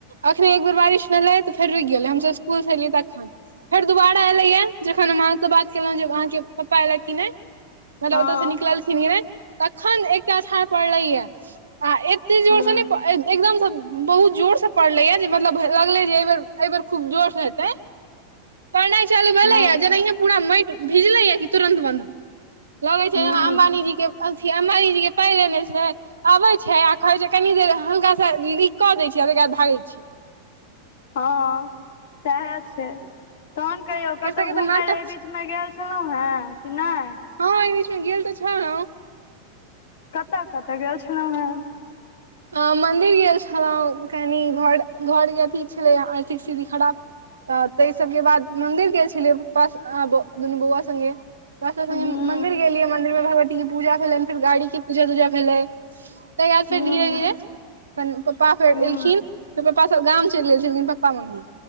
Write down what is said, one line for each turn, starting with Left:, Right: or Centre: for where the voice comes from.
Right: अखने एक बेर बारिश भेलै तऽ फेर रुकि गेलै हमसब स्कुलसँ एलियै तखन फेर दुोबारा एलेये जखन हम अहाँं से बात केलहुं जे अहाँ के पा एल कि नहि मतलब
Left: हँ
Right: ओतय से निकललखिन कि नहि तखन एकटा अछाड़ पड़ले य आ एते
Left: हँ
Right: जोर से ने एकदम बहुत जोर से पड़ले य जे मतलब लगले जे एहि बेर एहि बेर खूब जोर से हेतै पढ़नाइ चलू भेलै
Left: हूँ
Right: जेनाे पूरा माटि भिजले या कि तुरन्त बन्द लगे छै
Left: हूँ
Right: जेना
Left: हूँ
Right: अंबानी जी के अथी अंबानी जी के पाइ लेने छै अबे छै आ कहै छै कनी देर हुनका से लिख कऽ दै छियै ताद भागै छी
Left: हँ सएह छै तहन कहियौ
Right: एकर
Left: कतहु
Right: सबके तऽ
Left: घुमे
Right: नाटक
Left: ल एबी
Right: छै
Left: ब मे गेल छलहुँं हेँ कि नहि
Right: हँ एहि बीचमे गेल तऽ छलहुँ
Left: कतऽ कतऽ गेल छलहुँ हेँ
Right: अ मंदिर गेल छलहु कनि घर घर के अथी छलै आर्थिक स्थिति खराब तऽ ताहि सबके बाद मंन्दिर गेल छलियै प्पा दुनू बौआ सङ्गे ब स
Left: हूँ
Right: मन्दिर गेलियै मन्दिर मे भगवती पूजा भेलै फेर गाड़ी के पूजा तूजा भेलै ताद
Left: हूँ
Right: फेर धीरे धीरे फ पप्पा फेर
Left: हूँ
Right: एलखिन फेर पप्पा सब गाम चलि गेल छलखिन पप्पा मम्मी